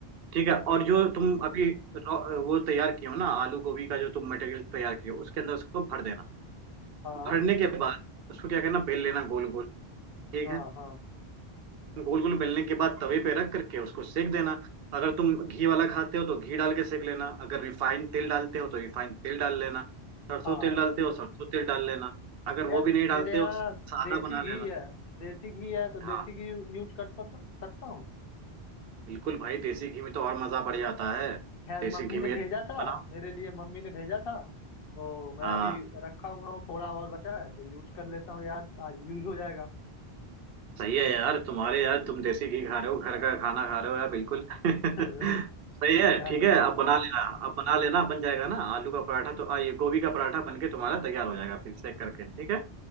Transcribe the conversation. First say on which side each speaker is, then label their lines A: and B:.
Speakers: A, on the right; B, on the left.
A: ठीक है और
B: ठीक
A: जो
B: है ठीक
A: तुम
B: है
A: अभी रो- वो तैयार किए हो ना आलू गोभी का जो तुम मटेरियल तैयार किए हो उसके अंदर उसको भर देना
B: हाँ
A: भरने के बाद उसको क्या करना बेल लेना गोल गोल ठीक
B: हाँ
A: है
B: हाँ
A: गोल गोल बेलने के बाद तवे पे रख करके उसको सेक देना अगर तुम घी वाला खाते हो तो घी डाल के सेक लेना अगर रिफाइंड तेल डालते हो तो रिफाइंड तेल डाल लेना सरसों
B: हाँ
A: तेल डालते हो सरसों तेल डाल लेना अगर
B: यार
A: वो भी नहीं डालते
B: मेरे यहाँ
A: हो सादा
B: देसी
A: बना
B: घी
A: लेना
B: है देसी घी है तो
A: हाँ
B: देसी घी यूज कर पा- सकता हूँ
A: बिल्कुल भाई देसी घी में तो और मजा बढ़ जाता है
B: यार
A: देसी
B: मम्मी
A: घी
B: ने
A: में
B: भेजा था
A: बनाओ
B: मेरे लिए मम्मी ने भेजा था तो मैं
A: हाँ
B: अभी रखा हुआ हूँ थोड़ा और बचा है तो यूज कर लेता हूँ यार आज यूज हो जाएगा <laughs>
A: सही है यार तुम्हारे यार तुम देसी घी खा रहे हो घर का खाना खा रहे हो यार बिल्कुल <laughs>
B: क्या
A: सही है ठीक
B: है
A: है अब बना
B: हाँ
A: लेना अब बना लेना बन जाएगा ना आलू का पराठा तो आ, ये गोभी का पराठा बन के तुम्हारा तैयार हो जाएगा फिर सेक करके ठीक है